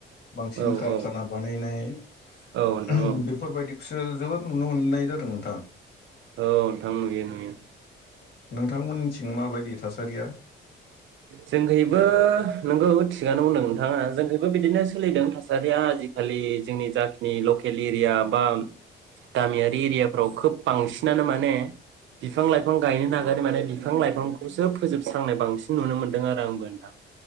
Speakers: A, on the left; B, on the right.
A: बांसिन
B: औ औ
A: कारखाना
B: औ
A: बानायनाय <unintelligible>
B: औ नोंथां औ
A: बेफोरबायदिखौसो जोबोद नुनो मोननाय <unintelligible> जादों नोंथां
B: औ नोंथां नुयो नुयो।
A: नोंथांमोननिथिं माबायदि थासारिया?
B: जोंखैबो नोंगौ थिगानो बुंदों नोंथाङा जोंखैबो बिदिनो सोलिदों थासारिया आजिखालि जोंनि जाखिनि लकेल एरिया बा गामियारि एरियाफ्राव खोब बांसिनानो माने बिफां लाइफां गायनो नागारो माने बिफां लाइफांखौसो फोजोबस्रांनाय बांसिन नुनो मोनदों आरो आंबो नोंथां।